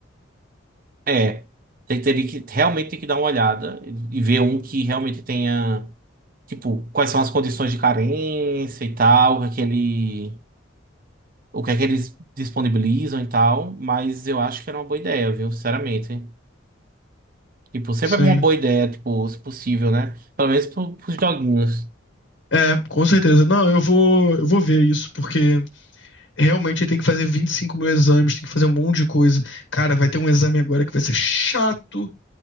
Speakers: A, on the right; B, on the left.
A: É. Tem- Teria que realmente ter que dar uma olhada e e ver um que realmente tenha, tipo, quais são as condições de carência e tal, o que é que ele, o que é que eles disponibilizam e tal, mas eu acho que era uma boa ideia, viu? Sinceramente. Tipo, sempre
B: Sim.
A: é uma boa ideia, tipo, se possível, né? Pelo menos pro, pros doguinhos.
B: É, com certeza. Não, eu vou, eu vou ver isso, porque Realmente tem que fazer 25 mil exames, tem que fazer um monte de coisa. Cara, vai ter um exame agora que vai ser chato,